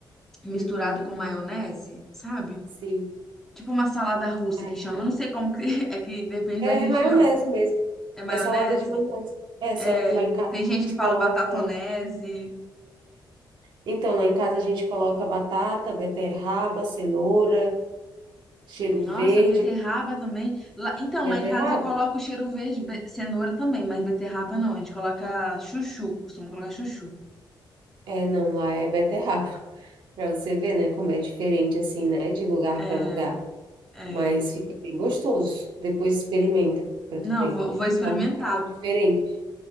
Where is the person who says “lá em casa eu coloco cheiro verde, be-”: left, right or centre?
Centre